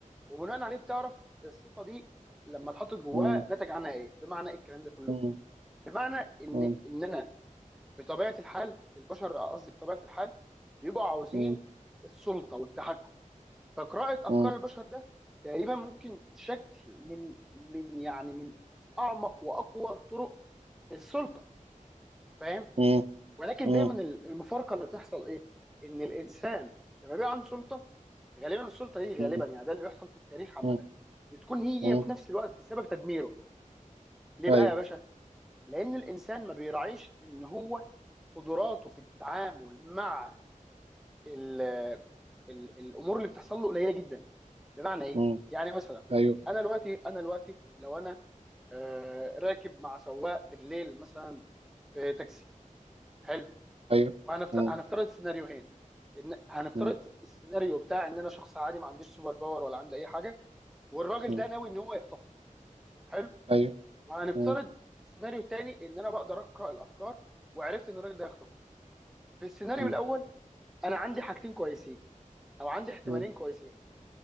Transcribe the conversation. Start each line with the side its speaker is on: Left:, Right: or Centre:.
Centre: وبناء عليه بتعرف الصفه دي لما اتحطت جواها
Right: م-
Centre: نتج عنها ايه بمعنى ايه الكلام ده كله
Right: م- م-
Centre: بمعنى ان
Right: مم.
Centre: ان انا بطبيعه الحال البشر قصدي بطبيعه الحال بيبقوا عاوزين
Right: مم.
Centre: السلطه والتحكم فقراءة
Right: مم.
Centre: أفكار البشر ده تقريبا ممكن شكل من من يعني من أعمق وأقوى طرق السلطة فاهم
Right: مم.
Centre: ولكن
Right: مم.
Centre: دايما المفارقة اللي بتحصل إيه؟ إن الإنسان لما بيبقى عنده سلطة غالبا السلطة دي
Right: مم.
Centre: غالبا يعني ده اللي بيحصل في التاريخ عامة
Right: مم.
Centre: بتكون هي
Right: مم.
Centre: في نفس الوقت سبب تدميره ليه
Right: ايوه
Centre: بقى يا باشا؟ لأن الإنسان ما بيراعيش إن هو قدراته في التعامل مع ال ال الأمور اللي بتحصل له قليلة جدا بمعنى ايه؟
Right: مم.
Centre: يعني مثلا
Right: ايوه
Centre: انا دلوقتي انا دلوقتي لو انا آه، راكب مع سواق بالليل مثلا في تاكسي حلو
Right: ايوه
Centre: وهنفترض
Right: مم.
Centre: هنفترض سيناريوهين ان هنفترض
Right: مم.
Centre: السيناريو بتاع ان انا شخص عادي ما عنديش سوبر باور ولا عندي اي حاجه والراجل
Right: مم.
Centre: ده ناوي ان هو يخطفني حلو
Right: ايوه
Centre: وهنفترض
Right: مم.
Centre: السيناريو الثاني ان انا بقدر اقرا الافكار وعرفت ان الراجل ده هيخطفني في السيناريو
Right: مم.
Centre: الاول انا عندي حاجتين كويسين او عندي احتمالين
Right: مم.
Centre: كويسين